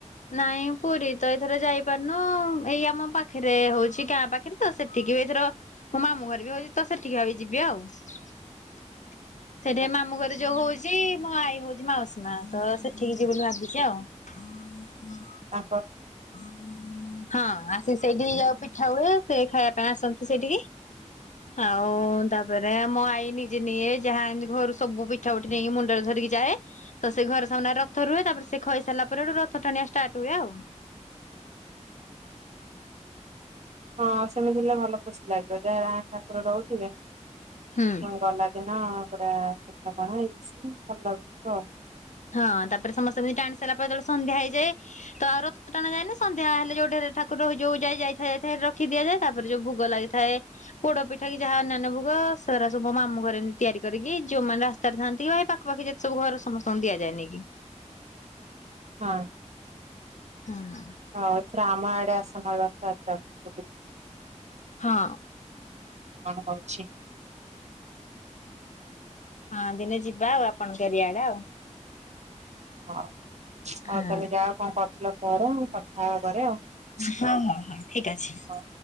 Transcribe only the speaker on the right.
ହଉ
ଆ
ହଁ ସେମିତି ହେଲେ ଭଲ ଖୁସି ଲାଗିବ ଯାହା ଠାକୁର ରହୁଥିଲେ।
ପୁଣି ଗଲା ଦିନ ପୁରା ଦେଖିବା ପାଇଁ ହେଇଚି ଭଲ ଲାଗୁଛି ଆଉ।
ହଁ।
ଆଉ ଏଥର ଆମ ଆଡେ ଆସନ ରଥଯାତ୍ରା ବୁଲିକି
କଣ ହଉଛି
ହଉ ହଉ
ତାହାଲେ ଯାଅ କଣ କରୁଥିଲ କର କଥା ହେବା ପରେ ଆଉ
<inaudible>
ହଉ।